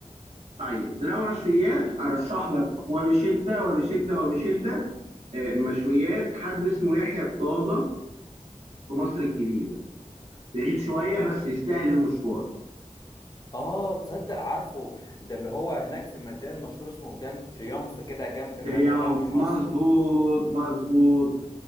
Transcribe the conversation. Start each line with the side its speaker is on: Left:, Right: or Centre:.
Right: طيب لو مشويات ارشح لك وبشده وبشده وبشده آه، مشويات حد اسمه يحيى الطازه في مصر الجديده بعيد شويه بس يستاهل المشوار
Left: اه تصدق عارفه ده اللي هو هناك في ميدان مشهور اسمه ميدان تريومف كده جنب م-
Right: تريومف
Left: بنك مصر
Right: مظبوط مظبوط